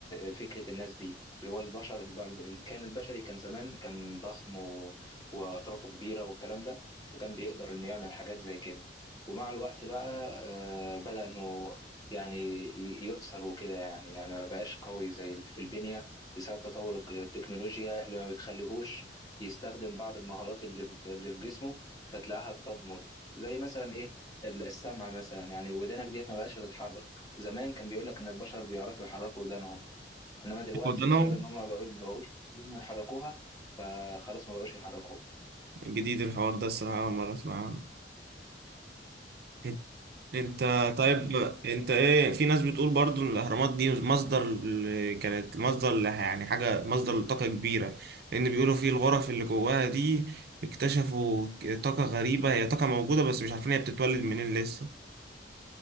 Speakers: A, on the left; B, on the right.
A: فكرة الناس دي اللي هو البشر الب- كان البشري كان زمان كان ضخم و... وأطرافه كبيرة والكلام ده فكان بيقدر إنه يعمل حاجات زي كده ومع الوقت بقى آه، بدأ إنه يعني ي- يؤثر وكده يعني يعني ما بقاش قوي زي ال- في البنية بسبب تطور الك- التكنولوجيا اللي ما بتخليهوش يستخدم بعض المهارات اللي في اللي في جسمه فتلاقيها بتضمر زي مثلا إيه ال- السمع مثلا يعني ودانك ديت ما بقاش تتحرك زمان كان بيقول لك إن البشر بيعرفوا يحركوا ودانهم إنما دلوقتي
B: قدرنا
A: بسبب إن هم ما بقوا- ما بقوش عايزين يحركوها فخلاص ما بقوش يحركوها
B: جديد الحوار ده الصراحة أول مرة أسمعه انت انت طيب انت ايه في ناس بتقول برضو ان الاهرامات دي مصدر ل- كانت مصدر ل- يعني حاجه مصدر لطاقه كبيره لان بيقولوا في الغرف اللي جواها دي اكتشفوا طاقه غريبه هي طاقه موجوده بس مش عارفين هي بتتولد منين لسه